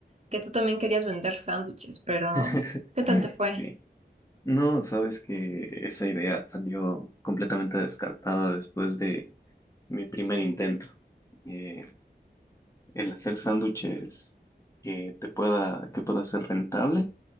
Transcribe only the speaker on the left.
<laughs>
Sí. No, sabes que esa idea salió completamente descartada después de mi primer intento. Eh, el hacer sándwiches que te pueda, que pueda ser rentable.